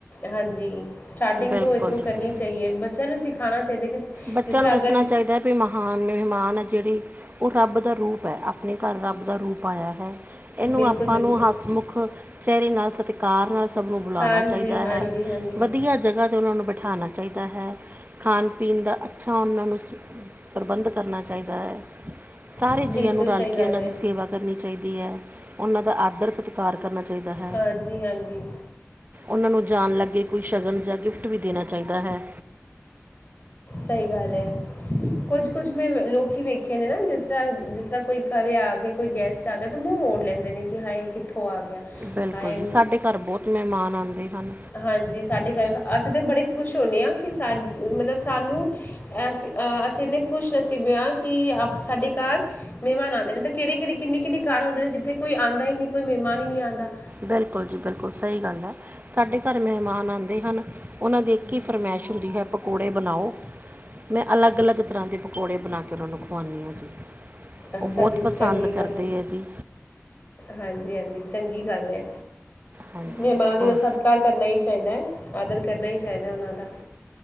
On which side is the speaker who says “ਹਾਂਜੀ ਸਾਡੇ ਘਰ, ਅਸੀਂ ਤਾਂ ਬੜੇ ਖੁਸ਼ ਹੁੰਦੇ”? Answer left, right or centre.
Left